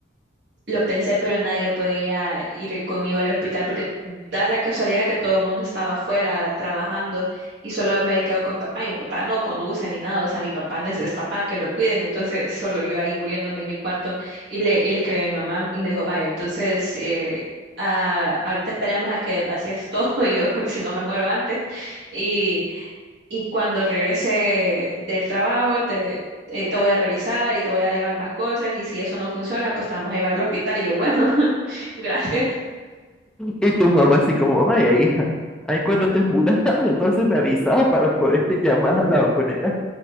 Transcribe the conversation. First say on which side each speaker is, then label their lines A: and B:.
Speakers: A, on the right (about 60°); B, in the centre.
A: lo pensé, pero nadie podía ir conmigo al hospital porque da la casualidad que todo el mundo estaba afuera trabajando y solo me había quedado con mi papá y mi papá no conduce ni nada, o sea, mi papá necesita para que lo cuiden, entonces solo yo ahí muriéndome en mi cuarto y le, y le escribí a mi mamá y me dijo, vaya, entonces eh, ah, ahorita esperemos a que vacíes todo, <laughs> yo si no me muero antes y... Y cuando regrese del trabajo, te, eh, te voy a revisar y te voy a llevar más cosas y si eso no funciona, pues te vamos a llevar al hospital. Y yo, bueno, <laughs> gracias.
B: Y tu mamá así como, vaya hija, ahí cuando te muras, <laughs> entonces me avisaba para poder <laughs> llamar a la funeraria.